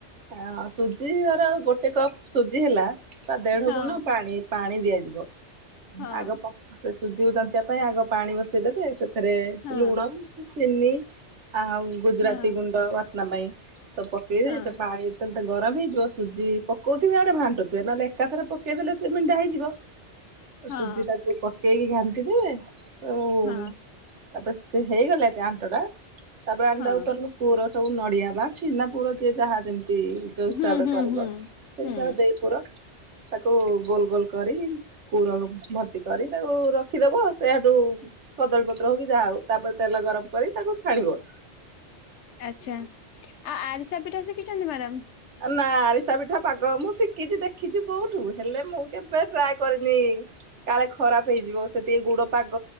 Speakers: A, on the right (about 80°); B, on the left (about 80°).
A: ଆ ସୁଜି ଧର ଗୋଟେ କପ୍ ସୁଜି ହେଲା ତା ଦେଢଗୁଣ
B: ହଁ
A: ପାଣି। ପାଣି ଦିଆଯିବ
B: ହଁ
A: ଆଗ ପ ସେ ସୁଜିକୁ ଜନ୍ତିବା ପାଇଁ ଆଗ ପାଣି ବସେଇଦେବେ ସେ ଥେରେ
B: ହଁ
A: ଲୁଣ ଚିନି ଆଉ। ଗୁଜୁରାତି
B: ହଁ
A: ଗୁଣ୍ଡ ବାସ୍ନା ପାଇଁ ସବୁ ପକେଇ
B: ହଁ
A: ସେ ପାଣି ଯେତବଳେ ତ ଗରମ ହେଇଯିବ ସୁଜି। ପକଉଥିବେ ଏଆଡେ ଘାଣ୍ଟୁଥିବେ, ନହେଲେ ଏକାଥରେ ପକେଇଦେଲେ ସେ ମିଣ୍ଡା ହେଇଯିବ।
B: ହଁ
A: ସୁଜିଟା ପକେଇକି ଘାଣ୍ଟିଦେବେ। ଆଉ
B: ହଁ
A: ତାପରେ ସେ ହେଇଗଲା ଟେ ଆଣ୍ଟଟା। ତାପରେ ଆଣ୍ଟାକୁ
B: ହଁ
A: ତନକୁ ପୁର ସବୁ ନଡିଆ ବାଛି, ନା ପୁର ଯିଏ ଯାହା ଯେମିତି ଯେଉ ହିସାବରେ
B: ହୁଁ ହୁଁ
A: କରିବ,
B: ହୁଁ
A: ସେଇ
B: ହୁଁ।
A: ହିସାବରେ ଦେଇ ପୁର ତାକୁ ଗୋଲ ଗୋଲ କରି, ପୁର ଭର୍ତ୍ତି କରି ତାକୁ ରଖିଦବ। ସେଆଠୁ କଦଳୀପତ୍ର ହଉ କିି ଯାହା ହଉ, ତାପରେ ତେଲ ଗରମ କରି ତାକୁ ଛାଣିବ।
B: ଆଛା। ଆ ଆରିସା ପିଠା ଶିଖିଛନ୍ତି ମାଡ଼ାମ୍?
A: ଆ ନା, ଆରିସା ପିଠା ପାଗ ମୁଁ ଶିଖିଛି ଦେଖିଛି ବହୁତ ହେଲେ ମୁଁ କେବେ ଟ୍ରାଏ କରିନି। କାଳେ ଖରାପ ହେଇଯିବ ସେ ଟିକେ ଗୁଡ ପାଗ